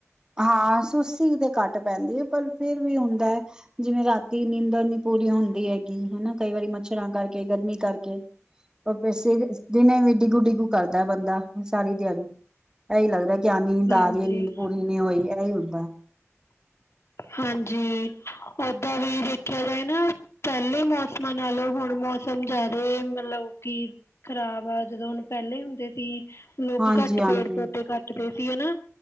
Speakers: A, on the right (about 15°); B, on the left (about 60°).
A: ਹਾਂ, ਸੁਸਸੀ ਤੇ ਘੱਟ ਪੈਂਦੀ ਹੈ ਪਰ ਫਿਰ ਵੀ ਹੁੰਦਾ। ਜਿਵੇਂ ਰਾਤੀ ਨੀਂਦਰ ਨਹੀਂ ਪੂਰੀ ਹੁੰਦੀ ਹੈਗੀ ਹਨਾ, ਕਈ ਵਾਰੀ ਮੱਛਰਾਂ ਕਰਕੇ ਗਰਮੀ ਕਰਕੇ। ਉਹ ਫਿਰ ਦਿਨੇ ਵੀ ਡਿੱਗੂ ਡਿੱਗੂ ਕਰਦਾ, ਬੰਦਾ ਸਾਰੀ ਦਿਹਾੜੀ। ਇਹੀ ਲੱਗਦਾ ਕੀ ਨੀਂਦ ਆ
B: ਹਾਂਜੀ
A: ਰਹੀ ਹੈ। ਨੀਂਦ ਪੂਰੀ ਨੀ ਹੋਈ ਇਹੀ ਹੁੰਦਾ।
B: ਹਾਂਜੀ ਓਦਾਂ ਵੀ ਦੇਖਿਆ ਜਾਏ ਨਾ। ਪੈਲੇ ਮੌਸਮਾਂ ਨਾਲੋਂ ਹੁਣ ਮੌਸਮ ਜਾਦੇ ਮਤਲਬ ਕਿ ਖ਼ਰਾਬ ਆ ਜਦੋਂ ਹੁਣ ਪੈਲੇ ਹੁੰਦੇ ਤੀ ਲੋਕ
A: ਹਾਂਜੀ-ਹਾਂਜੀ
B: ਘੱਟ ਪੇੜ ਪੌਦੇ ਕੱਟਦੇ ਸੀ ਹਨਾ।